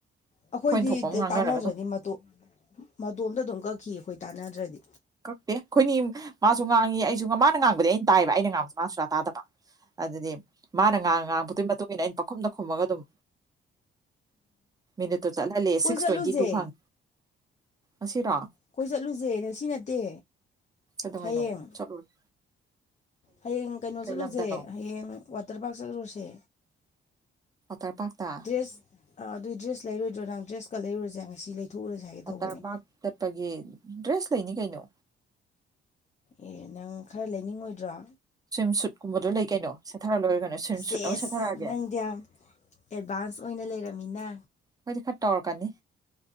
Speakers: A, on the left; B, on the right.
A: ꯑꯩꯈꯣꯏꯗꯤ
B: ꯑꯩꯈꯣꯏꯅ ꯊꯣꯛꯄ ꯑꯃ ꯉꯥꯡꯅꯔꯒ
A: ꯇꯥꯟꯅꯖ꯭ꯔꯗꯤ
B: ꯑꯗꯨꯝ
A: ꯃꯇꯨ ꯃꯇꯣꯝꯇ ꯑꯗꯨꯝ ꯀꯛꯈꯤ ꯑꯩꯈꯣꯏ ꯇꯥꯟꯅꯗ꯭ꯔꯗꯤ
B: ꯀꯛꯇꯦ ꯑꯩꯈꯣꯏꯅꯤ ꯃꯥꯁꯨ ꯉꯥꯡꯉꯤ ꯑꯩꯁꯨ ꯉ ꯃꯥꯅ ꯉꯥꯡꯕꯗꯤ ꯑꯩꯅ ꯇꯥꯏꯑꯕ ꯑꯩꯅ ꯉꯥꯡꯕꯁꯦ ꯃꯥꯁꯨꯥ ꯇꯥꯗꯕ ꯑꯗꯨꯗꯤ ꯃꯥꯅ ꯉꯥꯡ ꯉꯥꯡꯉꯕꯗꯨꯒꯤ ꯃꯇꯨꯡ ꯏꯟꯅ ꯑꯩꯅ ꯄꯥꯈꯨꯝꯗ ꯈꯨꯝꯃꯒ ꯑꯗꯨꯝ ꯃꯤꯅꯤꯠꯇꯨ ꯆꯠꯍꯜꯂꯦ
A: ꯀꯣꯏ
B: ꯁꯤꯛꯁ
A: ꯆꯠꯂꯨꯁꯦ
B: ꯇ꯭ꯋꯦꯟꯇꯤ ꯇꯨ ꯐꯪ ꯑꯁꯤꯁꯤꯔꯣ
A: ꯑꯩꯈꯣꯏ ꯆꯠꯂꯨꯁꯦ ꯉꯁꯤ ꯅꯠꯇꯦ
B: ꯀꯩꯗꯧꯉꯩꯅꯣ
A: ꯍꯌꯦꯡ
B: ꯆꯠꯂꯨꯔꯦ
A: ꯍꯌꯦꯡ ꯀꯩꯅꯣ
B: ꯀꯩ
A: ꯆꯠꯂꯨꯁꯦ
B: ꯂꯝꯗꯅꯣ
A: ꯍꯌꯦꯡ ꯋꯥꯇꯔ ꯄꯥꯔꯛ ꯆꯠꯂꯨꯔꯁꯦ
B: ꯋꯥꯇꯔ ꯄꯥꯛ ꯇ
A: ꯏꯁ ꯑꯗꯨꯏ ꯗ꯭ꯔꯦꯁ ꯂꯩꯔꯣꯏꯗ꯭ꯔꯣ ꯅꯪ ꯗ꯭ꯔꯦꯁꯀ ꯂꯩꯔꯨꯔꯁꯦ ꯉꯁꯤ ꯂꯩꯊꯣꯛꯎꯔꯁꯦ ꯍꯥꯏꯒꯦ ꯇꯧꯕꯅꯦ
B: ꯋꯥꯇꯔꯕꯄꯥꯛ ꯆꯠꯄꯒꯤ ꯗ꯭ꯔꯦꯁ ꯂꯩꯅꯤ ꯀꯩꯅꯣ
A: ꯑꯦ ꯅꯪ ꯈꯔ ꯂꯩꯅꯤꯡꯉꯣꯏꯗ꯭ꯔꯣ
B: ꯁ꯭ꯋꯤꯝ ꯁꯨꯠꯀꯨꯝꯕꯗꯣ ꯂꯩ ꯀꯩꯅꯣ ꯁꯦꯠꯊꯔ ꯂꯣꯏꯔꯦ ꯀꯩꯅꯣ ꯁ꯭ꯋꯤꯝ
A: ꯁꯦꯁ
B: ꯁꯨꯠ ꯑꯃ ꯁꯦꯠꯊꯔꯛꯑꯒꯦ
A: ꯅꯪꯗꯤ ꯌꯥꯝ꯫ ꯑꯦꯗꯚꯥꯟꯁ ꯑꯣꯏꯅ ꯂꯩꯔꯃꯤꯅ
B: ꯑꯈꯣꯏꯗꯤ ꯈꯥ ꯇꯧꯔꯀꯥꯅꯤ